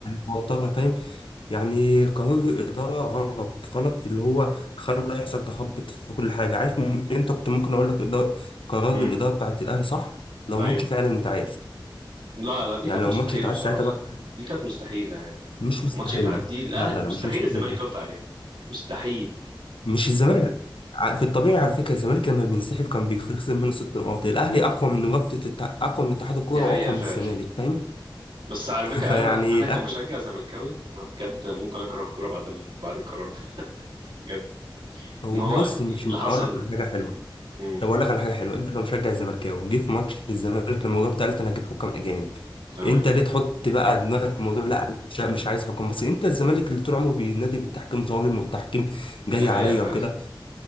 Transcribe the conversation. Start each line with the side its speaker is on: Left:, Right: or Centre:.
Left: توترها فاهم يعني قرار الإدارة غلط غلط اللي هو خلى يحصل تخبط في كل حاجة عارف م- أنت كنت ممكن أقول لك إدارة قرار
Right: امم
Left: الإدارة بتاعت الأهلي صح لو
Right: ايوه
Left: ماتش فعلا اتعاد
Right: لا لا دي
Left: يعني
Right: كانت
Left: لو
Right: مستحيله
Left: ماتش اتعاد
Right: بصراحه
Left: ساعتها بقى
Right: دي كانت مستحيله يعني
Left: مش مستحيل
Right: ماتش يتعدي الاهل
Left: لا لا لا
Right: مستحيل
Left: مش مستحيل
Right: الزمالك يوافق عليها مستحيل
Left: مش الزمالك ع- في الطبيعي على فكرة الزمالك لما بينسحب كان بيخسر منه ست نقاط الأهلي أقوى من رابطة التع... أقوى من اتحاد الكورة
Right: دي حقيقه
Left: وأقوى
Right: فعلا
Left: من الزمالك فاهم
Right: بس على
Left: <laughs>
Right: فكره
Left: فيعني
Right: انا انا
Left: الأهلي
Right: كمشجع زملكاوي انا بجد ممكن اكره الكوره بعد ال... بعد القرار ده بجد
Left: هو
Right: ان هو
Left: بص مش
Right: اللي
Left: أقول
Right: حصل
Left: لك حاجة حلوة
Right: مم.
Left: طب اقول لك على حاجه حلوه انت كمشجع زملكاوي جه في ماتش الزمالك لما جبت قلت انا هجيب حكام اجانب
Right: تمام
Left: انت ليه تحط بقى دماغك في الموضوع لا انا مش مش عايز حكام مصري انت الزمالك اللي طول عمره بينادي بالتحكيم ظالم والتحكيم جاي
Right: دي حقيقة
Left: عليا
Right: فعلا
Left: وكده